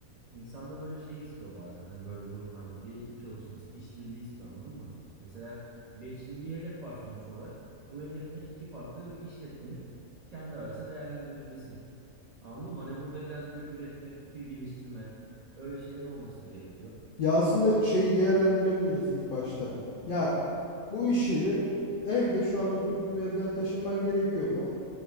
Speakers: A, on the right; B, on the left.
A: İnsan da böyle şey istiyor bazen hani böyle durumlarda bir ekip çalışması, işbirliği istiyor anladın mı? Mesela bir, şimdi bir hedef var sonuç olarak. Bu hedef ne? İki farklı bir işletmenin kendi arasında değerlendirilmesi. Anladın mı? Hani burada biraz böyle üretme, fikir geliştirme öyle şeylerin olması da gerekiyor.
B: Ya aslında
A: Vallahi
B: şeyi değerlendirebiliriz ilk başta. Ya bu iş yeri evde şu an oturduğun evden taşınman gerekiyor mu?